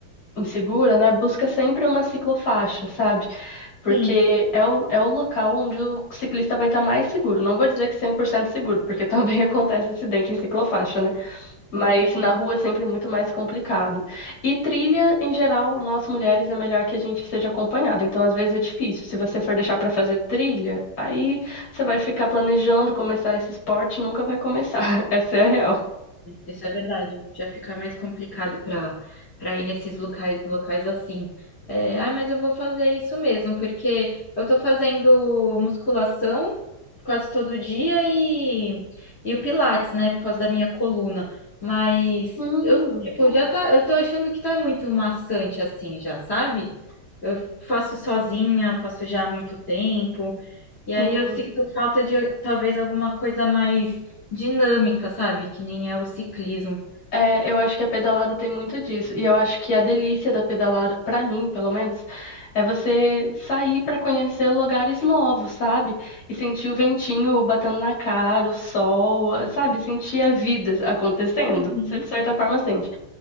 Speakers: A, on the left; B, on the left.
A: insegura, né? Busca sempre uma ciclofaixa, sabe? Porque
B: Sim.
A: é o, é o local onde o ciclista vai estar mais seguro. Não vou dizer que 100% seguro, porque também <laughs> acontece acidente em ciclofaixa, né? Mas na rua é sempre muito mais complicado. E trilha, em geral, nós mulheres é melhor que a gente seja acompanhada. Então, às vezes é difícil. Se você for deixar pra fazer trilha, aí você vai ficar planejando começar esse esporte e nunca vai começar. <laughs> Essa é a real.
B: Isso é verdade. Já fica mais complicado para para ir nesses locais, locais assim. É, ah, mas eu vou fazer isso mesmo, porque eu tô fazendo musculação quase todo dia e, e o Pilates, né, por causa da minha coluna. Mas
A: Hum,
B: eu, tipo, já tá, eu tô achando que tá muito maçante assim já, sabe? Eu faço sozinha, faço já há muito tempo. E
A: sim.
B: aí eu sinto falta de talvez alguma coisa mais dinâmica, sabe? Que nem é o ciclismo.
A: É, eu acho que a pedalada tem muito disso. E eu acho que a delícia da pedalada, pra mim, pelo menos, é você sair pra conhecer lugares novos, sabe? E sentir o ventinho batendo na cara, o sol, a- sabe? Sentir a vida acontecendo.
B: Uhum.
A: Você, de certa forma, sente.